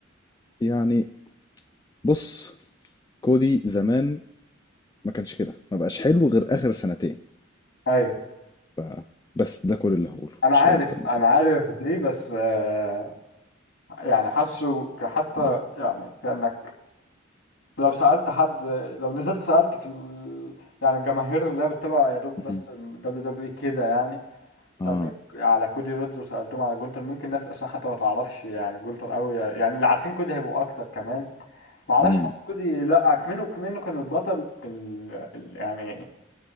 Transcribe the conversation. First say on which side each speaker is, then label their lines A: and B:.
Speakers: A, on the left; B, on the left.
A: يعني بص كودي زمان ما كانش كده ما بقاش حلو غير آخر سنتين
B: ايوه
A: ف... بس ده كل اللي هقوله
B: انا
A: مش
B: عارف
A: هقول أكتر من كده
B: انا عارف دي بس آه، يعني حاسه ك- حتى
A: مم.
B: يعني كانك لو سالت حد لو نزلت سالت في ال... يعني الجماهير اللي هي بتتابع يا دوب بس
A: مم.
B: دبليو دبليو اي كده يعني
A: اه
B: سالتهم على كودي رودز وسالتهم على جونتر ممكن ناس اصلا حتى ما تعرفش يعني جونتر قوي يعني اللي عارفين كودي هيبقوا اكتر كمان ما اعرفش
A: امم
B: حاسس كودي لا كمنه كمنه كان البطل ال... ال... يعني